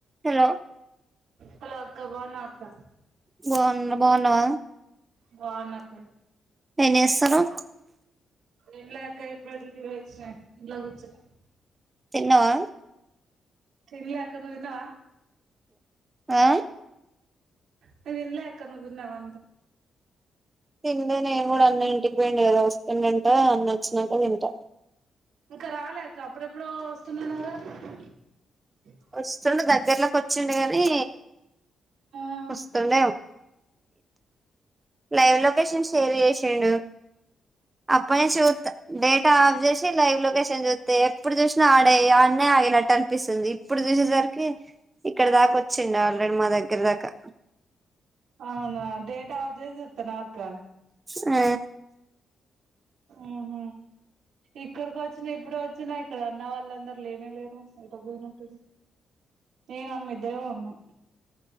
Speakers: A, on the right (about 20°); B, on the right (about 90°).
A: Hello
B: hello అక్క బావున్నవవక్క
A: బావున్నా నువ్వు బావున్నావా
B: బావున్నక్క
A: ఎం చేస్తున్రు
B: ఎమ్లేఅక్క, ఇపుడే డ్యూటీకి పోయించిన ఇంట్ల కూర్చున్న
A: తీన్నవా
B: తిన్లే అక్క నువ్వు తిన్నావా
A: ఆ
B: నేను తిన్లెయక్క నువ్వు తిన్నావా
A: తిన్లే నేను కూడా అన్న ఇంటికి పోయిండు కదా వస్తుండాట అన్న వచ్చినాక తింటా
B: ఇంకా రాలేఅక్క అప్పుడెప్పుడు వస్తున్నాన్నారూ అన్నవ్ కదా
A: వస్తుండు. దగ్గర్లోకి వచ్చిండి గాని
B: ఆ
A: వస్తండేమో లైవ్ లొకేషన్ షేర్ చేసిండు. అప్పుటి నుంచి చూత్త డేటా ఆఫ్ చేసి లైవ్ లొకేషన్ చూస్తే ఎప్పుడు చూసినా ఆడే ఆన్న ఆగినట్టు అనిపిస్తాడు తప్పపిస్తుంది ఇప్పుడు చూసేసరికి ఇక్కడ దాకా వచ్చిడి ఆల్రెడీ మా దగ్గర దాకా
B: అవునా డేటా ఆఫ్ చేసి చూస్తారా అక్క
A: ఆ
B: ఆహ ఇక్కడికి వచ్చినా ఇప్పుడు వచ్చినా ఇక్కడ అన్న వాళ్ళందరుూ లేనే లేరా ఎటో పోయినట్రు నేను అమ్మ ఇద్దరం ఉన్నాం